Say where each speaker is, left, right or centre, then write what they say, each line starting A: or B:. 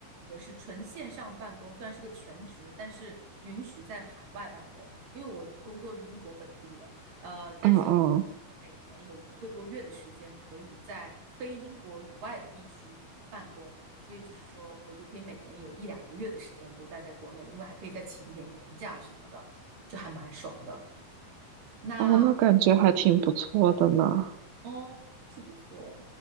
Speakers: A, on the right; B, on the right.
A: 也是纯线上办公，虽然是个全职，但是允许在海外办公。因为我是工作是英国本地的，呃，但是他允许我每年有一个多月的时间可以在非英国以外的地区办公，
B: 嗯嗯，
A: 所以就是说我就可以每年有一两个月的时间都待在国内，因为还可以再请一点年假什么的，就还蛮爽的。那
B: 哦，那感觉还挺不错的呢。
A: 哦，是不错。